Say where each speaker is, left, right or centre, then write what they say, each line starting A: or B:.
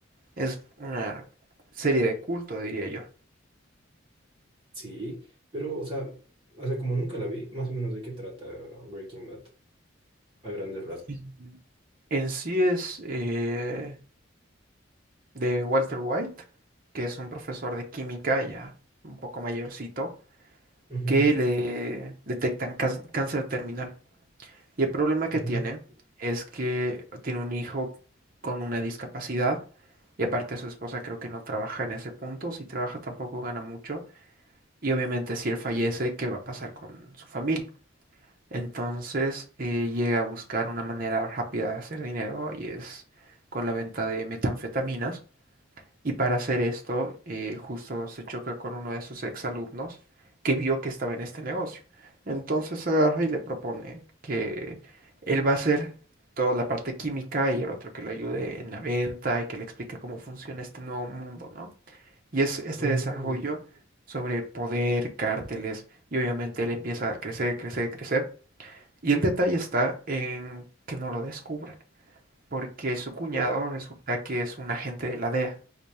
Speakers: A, on the right; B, on the right.
A: es una serie de culto, diría yo.
B: Sí, pero, o sea, o sea, como nunca la vi, más o menos de qué trata Breaking Bad, a grandes rasgos.
A: Ujú. En sí es eh, de Walter White, que es un profesor de química ya un poco mayorcito,
B: Ujú,
A: que le detectan cás- cáncer terminal. Y el problema que
B: ujú,
A: tiene es que tiene un hijo con una discapacidad y aparte su esposa creo que no trabaja en ese punto, si trabaja tampoco gana mucho y obviamente si él fallece, ¿qué va a pasar con su familia? Entonces eh, llega a buscar una manera rápida de hacer dinero y es con la venta de metanfetaminas y para hacer esto, eh, justo se choca con uno de sus exalumnos que vio que estaba en este negocio. Entonces agarra y le propone que él va a hacer toda la parte química y el otro que lo ayude en la venta y que le explique cómo funciona este nuevo mundo, ¿no? Y es este
B: ujú,
A: desarrollo sobre poder, cárteles, y obviamente él empieza a crecer, crecer, crecer. Y el detalle está en que no lo descubran, porque su cuñado
B: Claro.
A: resulta que es un agente de la DEA.